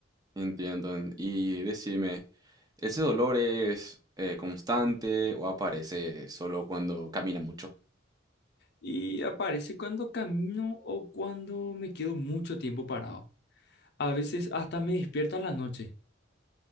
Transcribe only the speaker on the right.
Entiendo. en- Y decime, ¿ese dolor es eh, constante o aparece solo cuando camina mucho?